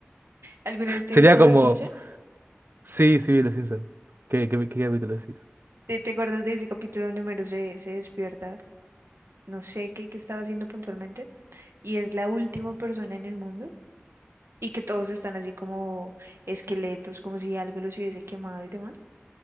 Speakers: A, on the right; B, on the right.
A: ¿alguna
B: <laughs>
A: vez te
B: Sería
A: viste
B: como...
A: Los Simpson?
B: Sí, sí, vi Los Simpson. ¿Qué, qué, qué capítulo decís?
A: ¿Te, te acuerdas de ese capítulo donde Homero se, se despierta? No sé qué, qué estaba haciendo puntualmente. Y es la última persona en el mundo. Y que todos están así como esqueletos, como si algo los hubiese quemado y demás.